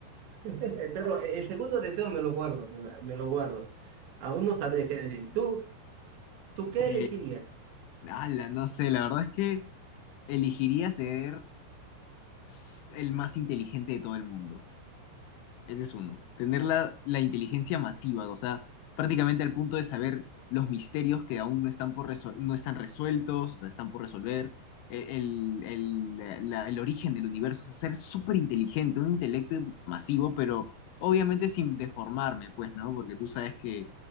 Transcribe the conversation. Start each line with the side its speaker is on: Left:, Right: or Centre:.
Right: <laughs> Pero el segundo deseo me lo guardo, me lo, me lo guardo. Aún no sabría qué decir. ¿Tú, tú qué
Left: Pues,
Right: elegirías?
Left: ala, no sé, la verdad es que elegiría ser s- el más inteligente de todo el mundo. Ese es uno. Tener la, la inteligencia masiva, o sea, prácticamente al punto de saber los misterios que aún no están, por resol- no están resueltos, o sea, están por resolver, e- el, el- la- el origen del universo, o sea, ser súper inteligente, un intelecto masivo, pero obviamente sin deformarme, pues, ¿no? Porque tú sabes que,